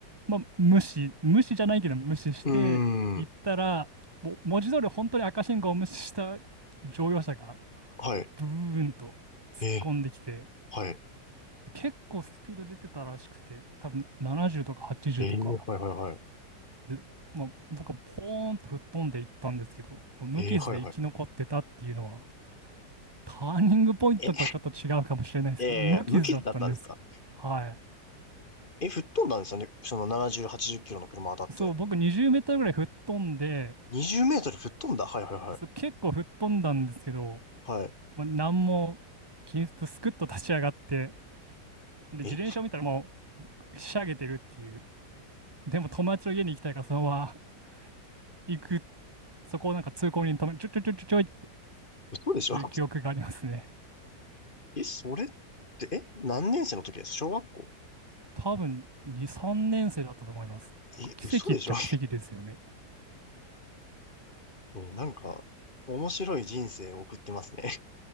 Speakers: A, on the right; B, on the left.
A: まあ、無視、無視じゃないけど無視して行ったら、
B: うーん。
A: もう文字通り本当に赤信号を無視した乗用車が
B: はい。
A: ブブブンと突っ込んできて、
B: ええ、はい。
A: で結構スピード出てたらしくて、多分70とか80とか。
B: ええ、はいはいはい。
A: で、まあ、僕はポーンと吹っ飛んでいったんですけど、もう無傷で生き残ってたっていうのは、
B: ええ、はいはい。
A: ターニングポイントとはちょっと違うかもしれないですけど、
B: え、ええ、
A: 無傷だったんですよ。
B: 無傷だったんですか
A: はい。
B: え、吹っ飛んだんですよね。その70、80キロの車当たって。
A: そう、僕20メートルぐらい吹っ飛んで、
B: 20メートル吹っ飛んだ。はいはいは
A: そう結構吹っ飛んだんですけど、
B: い。はい。
A: まあ、何も気にせずスクッと立ち上がって、で、自転車を見たらも
B: え、
A: うひしゃげてるっていう。でも友達の家に行きたいからそのまま <laughs> 行く、そこをなんか通行人に止め、ちょちょちょちょちょいって、
B: 嘘でしょ
A: そういう記憶がありますね。
B: <laughs> え、それって、え、何年生の時です小学校
A: 多分2、3年生だったと思います。なんか奇跡っちゃ奇跡ですよね。
B: え、嘘でしょ <laughs> え、なんか、面白い人生を送ってますね。